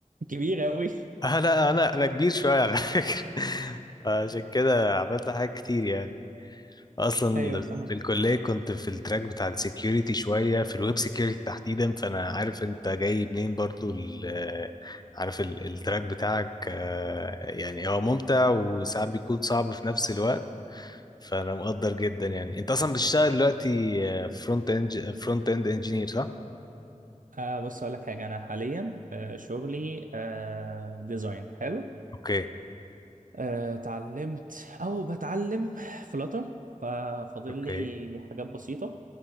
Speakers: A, on the right; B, on the left.
A: كبيره قوي
B: أه لا انا انا كبير شويه على فكره <laughs> عشان كده عملت حاجات كتير يعني اصلا
A: ايوه فاهم
B: في الكليه كنت في التراك بتاع السكيورتي شويه في الويب سكيورتي تحديدا فانا عارف انت جاي منين برضو ال- آه، عارف ال- التراك بتاعك آه، يعني هو ممتع وساعات بيكون صعب في نفس الوقت فانا مقدر جدا يعني انت اصلا بتشتغل دلوقتي فرونت اند فرونت اند انجينير صح
A: آه بص اقول لك حاجه انا حاليا آه شغلي آه ديزاين حلو
B: اوكي
A: آه، اتعلمت او بتعلم فلاتر ففاضل
B: اوكي
A: لي حاجات بسيطة